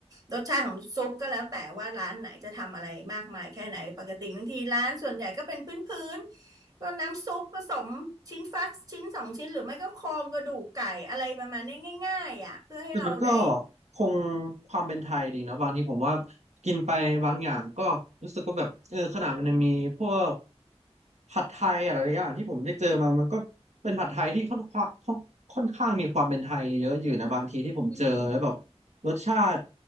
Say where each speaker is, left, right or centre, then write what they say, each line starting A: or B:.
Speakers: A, on the right; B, on the right.
A: รสชาติของซุปก็แล้วแต่ว่าร้านไหนจะทำอะไรมากมายแค่ไหนปกติบางทีร้านส่วนใหญ่ก็เป็นพื้นๆก็น้ำซุปผสมชิ้นฟักชิ้นสองชิ้นหรือไม่ก็โครงกระดูกไก่อะไรประมาณเนี้ยง่ายๆอ่ะเพื่อให้เราได้
B: แต่มันก็คงความเป็นไทยดีนะบางทีผมว่ากินไปบางอย่างก็รู้สึกว่าแบบเออขนาดมันยังมีพวกผัดไทยอะไรหลายอย่างที่ผมได้เจอมามันก็เป็นผัดไทยที่ค่อนข้างค่อนค่อนข้างมีความเป็นไทยเยอะอยู่นะบางทีที่ผมเจอแล้วแบบ
A: อืม
B: รสชาติ